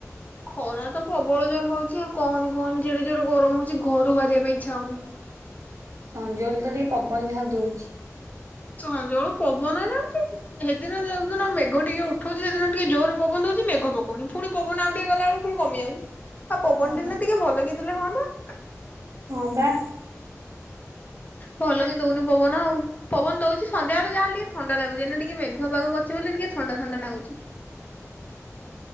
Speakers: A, on the left; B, on the right.
A: ଖରା ତ ପ୍ରବଳ ଜୋର ହଉଚି, ଆଉ କହନି କହନି କେଡେ ଜୋର ଗରମ ହଉଚି, ଘରୁ ବାହାରିବା ପାଇଁ ଇଚ୍ଛା ହଉନି।
B: ସଞ୍ଜବେଳେ ତ ଟିକେ ପବନ ଯାହା ଦଉଚି।
A: ସଞ୍ଜବଳୁ ପବନ ଯାଉଚି, ସେଦିନ ଯୋଉଦିନ ମେଘ ଟିକେ ଉଠଉଚି ସେଦିନ ଟିକେ ଜୋରରେ ପବନ ଦଉଚି, ମେଘ ପକଉନି, ପୁଣି ପବନ ଆଉ ଟିକେ ଗଲାବେଳକୁ ପୁଣି କମି ଯାଉଚି। ଆଉ ପବନ
B: ହଁ
A: ଦିନା
B: ବା।
A: ଟିକେ ଭଲ କି ଦେଲେ ହୁଅନ୍ତା। ହ
B: ହଁ ବା।
A: ଭଲ ବି ଦଉନି ପବନ ପବନ ଦଉଚି ସନ୍ଧ୍ୟାବେଳେ ଯାହା ହେେଲେ ଟିକେ ଥଣ୍ଡା ଲାଗୁଚି, ଯେ ଦିନ ଟିକେ ମେଘୁଆ ପାାଗ କରିଚି ବୋଲି ଟିକେ ଥଣ୍ଡା ଥଣ୍ଡା ନାଗୁଚି,